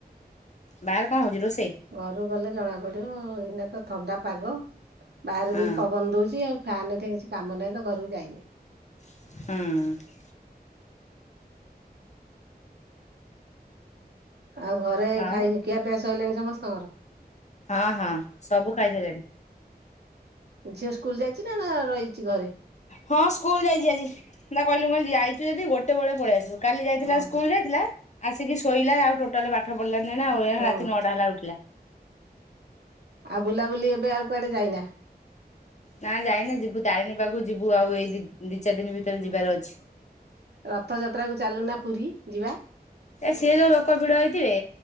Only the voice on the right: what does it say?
ଘରୁ ଗଲେ ଜଣା ପଡିବ ଏଇନା ତ ଥଣ୍ଡା ପାଗ ବାହାରେ
ବି ପବନ ଦଉଛି ଆଉ। ଫ୍ୟାନ ରେ କିଛି କାମ ନାହିଁ ତ ଘରକୁ ଯାଇନି।
ଆଉ ଘରେ
ଖାଇ ଖିଆ ପିଆ ସଇଲାଣି ସମସ୍ତଙ୍କର?
ଝିଅ ସ୍କୁଲ ଯାଇଚି ନା ନା ରହିଚି ଘରେ?
ଓହୋ
ହଁ
ଆଉ ବୁଲାବୁଲି ଏବେ ଆଉ କୁଆଡେ ଯାଇନା।
ରଥ ଯାତ୍ରା କୁ ଚାଲୁନା ପୁରୀ ଯିବା।